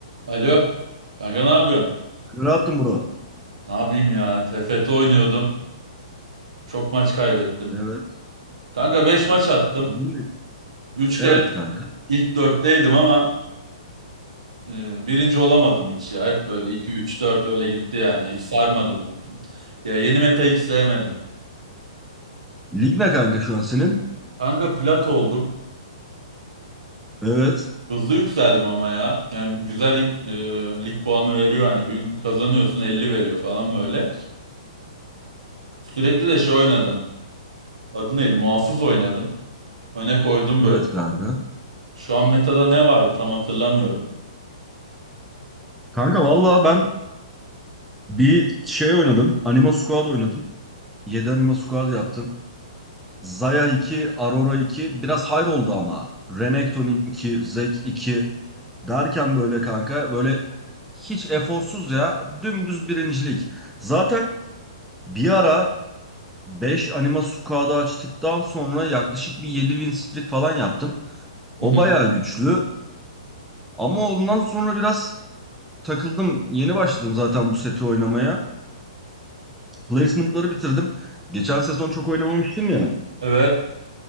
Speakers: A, on the right (about 90°); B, in the centre.
A: Alo, kanka ne yapıyorsun?
B: Rahatım bro.
A: Ne yapayım ya? TFT oynuyordum. Çok maç kaybettim.
B: Evet.
A: Kanka 5 maç attım.
B: Ligin de-
A: üç kere
B: Evet kanka.
A: ilk 4'teydim ama e, birinci olamadım hiç ya. Hep böyle 2, 3, 4 öyle gitti yani. Hiç sarmadı bu. Ya yeni meta hiç sevmedim.
B: Lig ne kanka şu an senin?
A: Kanka plat oldum.
B: Evet.
A: Hızlı yükseldim ama ya. Yani güzel e, lig puanı veriyor hani. Bir kazanıyorsun 50 veriyor falan böyle. Sürekli de şey oynadım. Adı neydi? Muhafız oynadım. Öne koydum
B: Evet
A: böyle.
B: kanka.
A: Şu an metada ne vardı tam hatırlamıyorum.
B: Kanka valla ben bir şey oynadım. Anima Squad oynadım. 7 Anima Squad yaptım. Zaya 2, Aurora 2. Biraz hayır oldu ama. Renekton 2, Zek iki. derken böyle kanka böyle hiç eforsuz ya. Dümdüz birincilik. Zaten bir ara 5 Anima Squad'ı açtıktan sonra yaklaşık bir 7 win streak falan yaptım. O
A: Hı hı.
B: bayağı güçlü. Ama ondan sonra biraz takıldım. Yeni başladım zaten bu seti oynamaya. Placement'ları bitirdim. Geçen sezon çok oynamamıştım ya.
A: Evet.